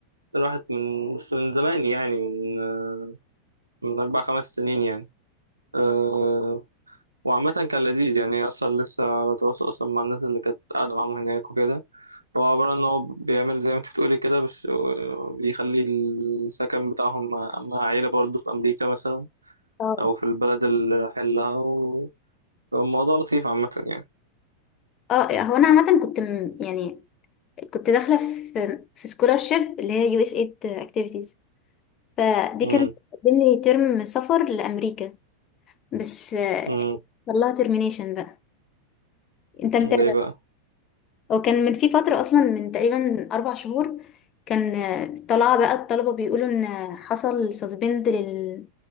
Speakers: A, on the right; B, on the left.
A: راحت من بس من زمان يعني من آه، من أربع خمس سنين يعني آه، وعامة كان لذيذ يعني هي أصلا لسه على تواصل أصلا مع الناس اللي كانت قاعدة معاهم هناك وكده هو عبارة إن هو بيعمل زي ما أنت بتقولي كده بس آه، بيخلي السكن بتاعهم مع مع عيلة برضه في أمريكا مثلا
B: اه
A: أو في البلد اللي رايحين لها و- فالموضوع لطيف عامة يعني
B: اه هو انا عامة كنت م... يعني كنت داخلة في في scholarship اللي هي USAID activities فدي
A: مم.
B: كانت بتقدم لي ترم سفر لأمريكا بس آه،
A: مم.
B: حصل لها termination بقى انت متابع
A: ليه بقى
B: وكان من في فترة أصلا من تقريبا أربع شهور كان آه، طلع بقى الطلبة بيقولوا إن آه، حصل سسبند لل...